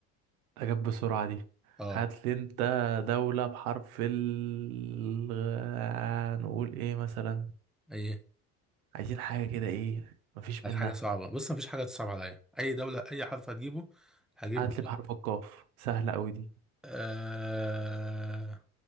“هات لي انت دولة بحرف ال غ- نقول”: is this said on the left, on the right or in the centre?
Right